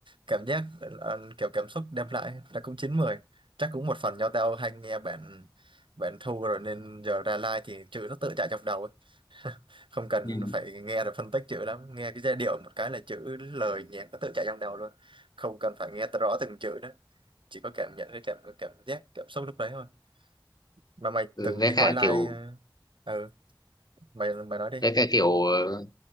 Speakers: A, on the right; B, on the left.
A: cảm giác ờ, kiểu cảm xúc đem lại là cũng chín mười chắc cũng một phần do tao hay nghe bản bản thu rồi nên giờ ra like thì chữ nó tự chạy trong đầu ấy. <laughs> không cần
B: ừ.
A: phải nghe rồi phân tích chữ lắm nghe cái giai điệu một cái là chữ lời nhạc nó tự chạy trong đầu luôn không cần phải nghe rõ từng chữ đó chỉ có cảm nhận cái cảm cảm giác cảm xúc lúc đấy thôi mà mày
B: Ừ,
A: từng
B: với
A: đi coi
B: cả
A: live
B: kiểu
A: ờ, ừ mày mày nói đi
B: với cả kiểu ờ,